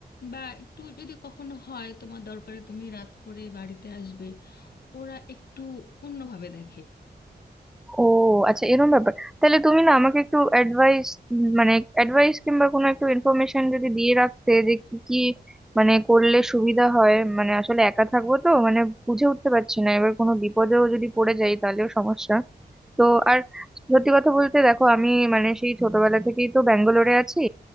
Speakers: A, on the left; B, in the centre.
A: বা একটু যদি কখনো হয় তোমার দরকারে তুমি রাত করে বাড়িতে আসবে ওরা একটু অন্যভাবে দেখে
B: ও আচ্ছা এরকম ব্যাপার তাহলে তুমি না আমাকে একটু অ্যাডভাইস মানে অ্যাডভাইস কিংবা কোনো একটু ইনফরমেশন যদি দিয়ে রাখতে যে কি কি মানে করলে সুবিধা হয় মানে আসলে একা থাকবো তো মানে বুঝে উঠতে পারছি না এবার কোনো বিপদেও যদি পড়ে যাই তাহলেও সমস্যা তো আর সত্যি কথা বলতে দেখো আমি মানে সেই ছোটবেলা থেকেই তো ব্যাঙ্গালোরে আছি